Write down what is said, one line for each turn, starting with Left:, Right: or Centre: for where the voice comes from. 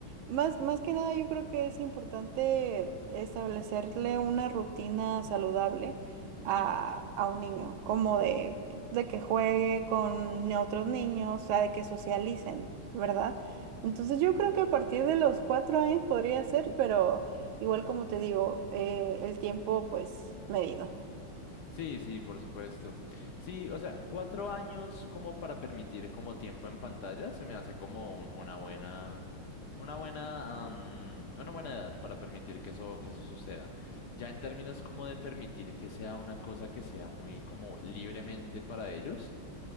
Right: Más, más que nada, yo creo que es importante establecerle una rutina saludable a,
Left: Sí.
Right: a un niño, como de, de que juegue con otros niños, o sea, de que socialicen, ¿verdad? Entonces, yo creo que a partir de los cuatro años podría ser, pero igual como te digo, eh, el tiempo pues medido.
Left: Sí, sí, por supuesto. Sí, o sea, cuatro años como para permitir como tiempo en pantalla, se me hace como un- una buena, una buena, am, una buena edad para permitir que eso, que eso suceda. Ya en términos como de permitir que sea una cosa que sea muy como libremente para ellos,